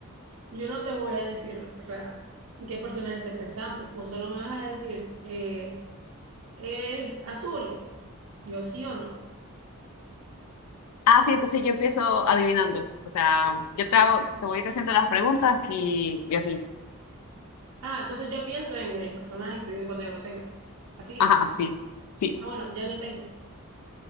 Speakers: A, on the right; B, on the left.
A: Yo no te voy a decir, o sea, en qué personaje estés pensando. Vos solo me vas a decir, eh, es azul. Yo sí o no.
B: ah, sí, entonces yo empiezo adivinando. O sea, yo te hago, te voy a ir haciendo las preguntas y, y así.
A: Ah, entonces yo pienso en el personaje y te digo cuando yo lo tenga. Así.
B: Ajá, sí, sí.
A: Ah, bueno, ya lo tengo.